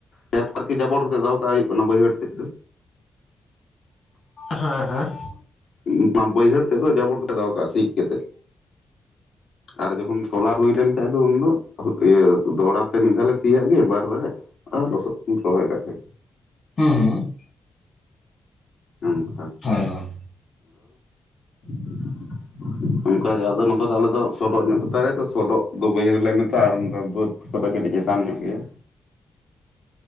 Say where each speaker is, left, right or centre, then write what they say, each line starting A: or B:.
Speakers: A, on the left; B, on the left.
A: ᱱᱮᱛ ᱟᱨᱠᱤ <unintelligible> ᱡᱟᱵᱚᱨᱛᱮᱫ ᱫᱚᱦᱚ ᱠᱟᱜ ᱦᱩᱭᱩᱜ ᱠᱟᱱᱟ ᱵᱟᱹᱭᱦᱟᱹᱲ ᱛᱮᱫ ᱫᱚ
B: ᱦᱮᱸ ᱦᱮᱸ
A: ᱚᱱᱟ <unintelligible> ᱵᱟᱹᱭᱦᱟᱹᱲ ᱛᱮᱫ ᱫᱚ ᱡᱟᱵᱚᱰ ᱠᱟᱛᱮᱜ ᱫᱚᱦᱚ ᱠᱟᱜᱼᱟ ᱥᱤ ᱠᱟᱛᱮᱜ ᱟᱨ ᱡᱚᱠᱷᱚᱱ ᱛᱚᱞᱟ ᱦᱩᱭ ᱞᱮᱱ ᱛᱟᱦᱮ ᱩᱱᱫᱚ ᱤᱭᱟᱹ ᱫᱚᱲᱦᱟ ᱛᱮ ᱢᱤᱫ ᱫᱷᱟᱣ ᱞᱮ ᱥᱤ ᱟᱜ ᱜᱮ ᱵᱟᱨ ᱫᱷᱟᱣ ᱜᱟᱱ, ᱟᱨ ᱞᱚᱥᱚᱫ ᱨᱚᱦᱚᱭ ᱠᱟᱜ ᱠᱷᱟᱡ
B: ᱦᱩᱢ ᱦᱩᱢ
A: ᱱᱚᱝᱠᱟ
B: ᱦᱳᱭ ᱦᱳᱭ,
A: <unintelligible> ᱚᱱᱠᱟ ᱜᱮ ᱟᱫᱚ ᱱᱚᱛᱮ ᱫᱚ ᱟᱞᱮ ᱫᱚ ᱥᱚᱰᱚᱜ ᱧᱚᱜ ᱜᱟᱛᱟᱞᱮ ᱛᱚ ᱥᱚᱰᱚᱜ ᱫᱚ ᱵᱟᱹᱭᱦᱟᱹᱲ ᱨᱮᱞᱮ ᱢᱮᱛᱟᱜᱼᱟ᱾ ᱟᱨ ᱚᱱᱠᱟ ᱫᱚ ᱵᱟᱹᱫᱽ ᱛᱚᱵᱮ ᱠᱟᱹᱴᱤᱡ ᱪᱮᱛᱟᱱ ᱧᱚᱜ ᱜᱮᱭᱟ᱾